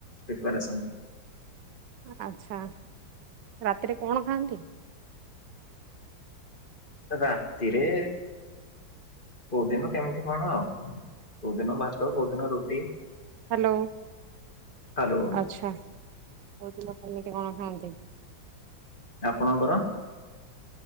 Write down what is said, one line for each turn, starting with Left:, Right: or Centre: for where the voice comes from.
Left: ପ୍ରିପାରେସନ।
Right: ଆଚ୍ଛା ରାତିରେ କଣ ଖାଆନ୍ତି?
Left: ରାତିରେ କୋଉଦିନ କେମିତି କଣ ଆଉ କୋଉଦିନ ଭାତ କୋଉଦିନ ରୁଟି।
Right: ହାଲୋ
Left: ହ୍ୟାଲୋ
Right: ଆଚ୍ଛା କୋଉଦିନ କେମିତି କଣ ଖାଆନ୍ତି?
Left: ଆପଣଙ୍କର।